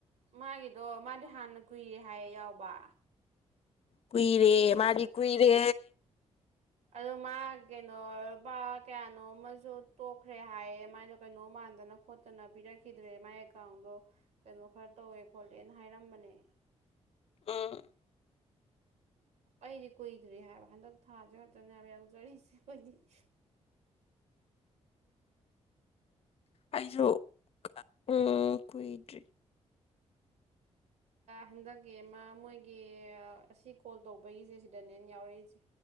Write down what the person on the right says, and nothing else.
ꯃꯥꯒꯤꯗꯣ ꯃꯥꯗꯤ ꯍꯥꯟꯅ ꯀꯨꯏꯔꯦ ꯍꯥꯏ ꯌꯥꯎꯕ
ꯑꯗꯨ ꯃꯥ ꯀꯩꯅꯣꯕ ꯀꯌꯥꯅꯣ ꯑꯃꯁꯨ ꯇꯣꯛꯈ꯭ꯔꯦ ꯍꯥꯏꯌꯦ ꯃꯥꯏꯅꯣ ꯀꯩꯅꯣ ꯃꯥꯟꯗꯅ ꯈꯣꯠꯇꯅ ꯄꯤꯔꯛꯈꯤꯗ꯭ꯔꯦ ꯃꯥꯏ ꯑꯦꯀꯥꯎꯟꯗꯣ ꯑꯗꯣ ꯀꯩꯅꯣ ꯈꯔ ꯇꯧꯋꯦ ꯈꯣꯠꯂꯦꯅ ꯍꯥꯏꯔꯝꯕꯅꯦ
ꯑꯩꯗꯤ ꯀꯨꯏꯗ꯭ꯔꯤ ꯍꯥꯏꯕ ꯍꯟꯗꯛ ꯊꯥꯁꯤ ꯉꯥꯛꯛꯇꯅꯦꯕ ꯌꯥꯎꯖꯔꯤꯁꯦ ꯑꯩꯈꯣꯏꯗꯤ <inaudible>
ꯍꯟꯗꯛꯀꯤ ꯑꯃ ꯃꯣꯏꯒꯤ ꯑꯁꯤ ꯀꯣꯜ ꯇꯧꯕꯒꯤꯁꯦ ꯁꯤꯗꯅꯦꯅ ꯌꯥꯎꯔꯛꯏꯁꯦ